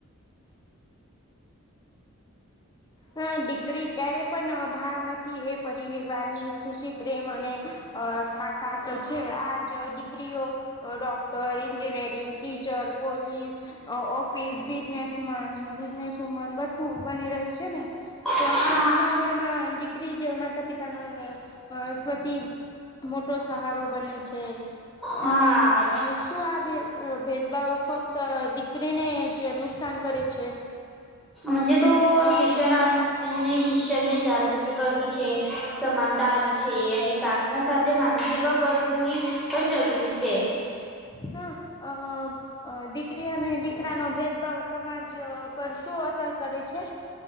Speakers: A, on the left; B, in the centre.
A: હા દિકરી ક્યારેય પન અભાર નથી એ પરિવારની ખુશી પ્રેમ અને અ થાકાત છે આ જ દિકરીઓ ડોક એન્જિનિયરિંગ, ટીચર, પોલીસ, અ ઓફિસ, બિઝનેસમન બીજનેસ મન બધું બની રહી છે ને, તો
B: હા
A: આ ઘના ઘરમાં દીકરી જ માતા-પિતા નો સ્વતિ મોટો સહારો બને છે.
B: હા
A: અને અ શું આ ભે અ ભેદભાવ ફક્ત દીકરીને જ નુકસાન કરે છે?
B: મજે તો
A: અ
B: શિષ્યના રહીને શિષ્યની જાગૃતિ કરતી છે. સમાનતા આવી છે અને કાનૂના સાથે માનસિકા બદલવી પન જરૂરી છે.
A: હા અ અ દીકરી અને દીકરા નો ભેદભાવ સમાજ પર શું અસર કરે છે?